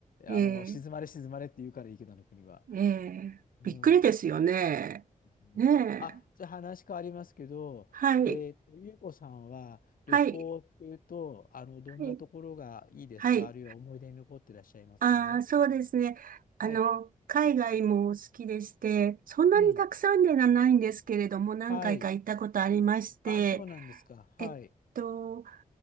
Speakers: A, on the right; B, on the left.
A: ええ、
B: あの、静まれ静まれって言うからいいけど、あの国は。
A: ええ、
B: うん。
A: びっくりですよね。
B: ですね。
A: ねえ、
B: あ、じゃあ話変わりますけど、
A: はい、
B: えっと、ゆうこさんは旅行っていうと、
A: はい、
B: あの、どんなところがいいですかあるいは思い出に残ってらっしゃいますか
A: はい、はい。ああ、そうですね。あの、
B: はい。
A: 海外も好きでして、そんなにたくさんではないんですけれども、
B: うん。
A: 何回か行ったことありまして、
B: はい。あ、そうなんですか。はい。
A: えっと、